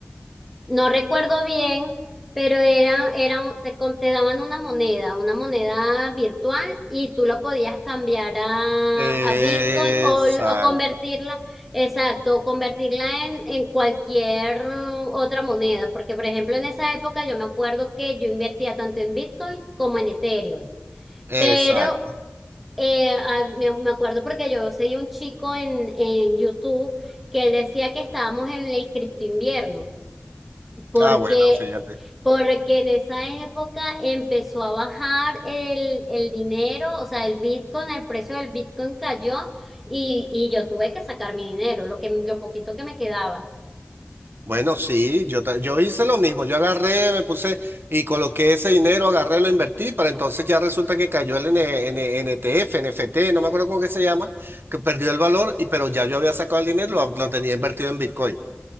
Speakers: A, in the centre; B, on the right.
A: no recuerdo bien, pero era, era, un- te, com- te daban una moneda, una moneda virtual y tú lo podías cambiar a,
B: Exacto,
A: a Bitcoin o, o convertirla, exacto, o convertirla en, en cualquier mm, otra moneda, porque por ejemplo en esa época yo me acuerdo que yo invertía tanto en Bitcoin como en Ethereum,
B: exacto.
A: pero eh, a- me, me acuerdo porque yo seguí un chico en, en YouTube que él decía que estábamos en el cripto invierno porque
B: Ah, bueno, fíjate.
A: porque en esa época empezó a bajar el, el dinero, o sea, el Bitcoin, el precio del Bitcoin cayó y, y yo tuve que sacar mi dinero, lo que, lo poquito que me quedaba.
B: Bueno, sí, yo, ta- yo hice lo mismo. Yo agarré, me puse y coloqué ese dinero, agarré, lo invertí, para entonces ya resulta que cayó el N- N- NTF, NFT, no me acuerdo cómo que se llama, que perdió el valor, y, pero ya yo había sacado el dinero, lo, lo tenía invertido en Bitcoin.